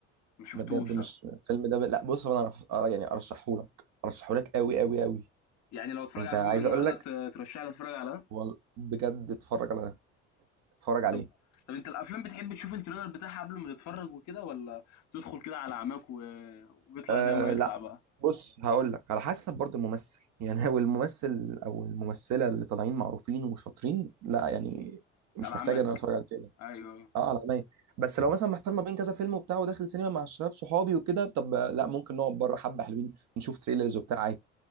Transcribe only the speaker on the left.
ما شفتوش
لا
يعني لو اتفرج
على
فيلم النهارده
ت- ترشح لي اتفرج على ده؟
طب طب انت الافلام بتحب تشوف التريلر بتاعها قبل ما تتفرج وكده ولا تدخل كده على عماك و... ويطلع
زي ما يطلع
بقى
على
عماك
ايوه